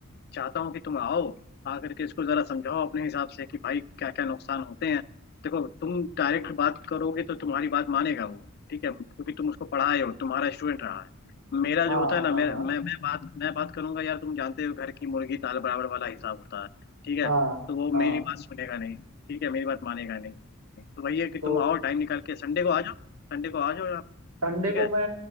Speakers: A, on the left; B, on the right.
A: चाहता हूँ कि तुम आओ आकर के इसको जरा समझाओ अपने हिसाब से कि भाई क्या क्या नुकसान होते हैं देखो तुम डायरेक्ट बात करोगे तो तुम्हारी बात मानेगा वो ठीक है क्योंकि तुम उसको पढ़ाए हो तुम्हारा स्टूडेंट रहा है मेरा
B: हाँ
A: जो होता है ना
B: हाँ
A: मेरा मैं मैं बात मैं बात करूंगा यार तुम जानते हो घर की मुर्गी दाल बराबर वाला हिसाब होता है ठीक है
B: हाँ
A: तो वो
B: हाँ
A: मेरी बात सुनेगा नहीं ठीक है मेरी बात मानेगा नहीं तो वही है कि
B: तो
A: तुम आओ टाइम निकाल के संडे को आ जाओ संडे को आ जाओ आप
B: संडे
A: ठीक
B: को
A: है
B: मैं